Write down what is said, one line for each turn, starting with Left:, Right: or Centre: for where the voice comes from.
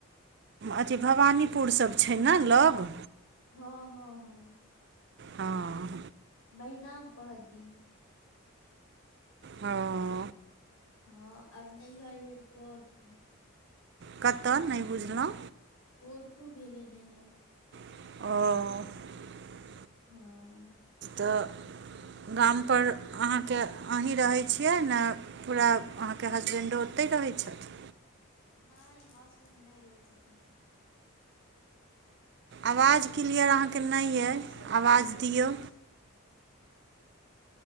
Right: अथी भवानीपुर सब छै न लग?
Left: हँ-हँ-हँ।
Right: हँ
Left: मेहिनाम पहऽदी।
Right: हँ।
Left: हँ, आर नैहर भेल कऽरथू।
Right: कताऽ? नहि बुझलौं।
Left: कोरथु भेलै नैहर।
Right: ओऽ।
Left: हँऽ।
Right: तऽ गामपर अहाँके अहीं रहै छियै न? पूरा अहाँके हसबेंडो ओतहि रहैत छथि?
Left: नहि हाउसबैंड नहि रहै छथिन।
Right: आवाज
Left: तऽ हम
Right: क्लियर
Left: मतलब
Right: अहाँके नहि
Left: साऊस
Right: अइ
Left: सभ साथे
Right: आवाज
Left: रहै
Right: दिऔ
Left: छी।